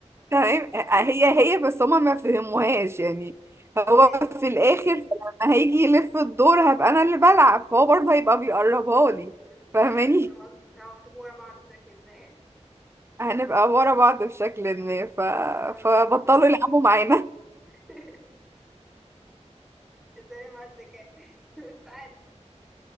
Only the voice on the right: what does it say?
تمام آه، آه، هي هي بس هما ما فهموهاش يعني هو
في الاخر لما هيجي يلف الدور هبقى انا اللي بلعب فهو برضه هيبقى بيقربها لي
فاهماني
هنبقى ورا بعض بشكل ما ف...
فبطلوا يلعبوا معانا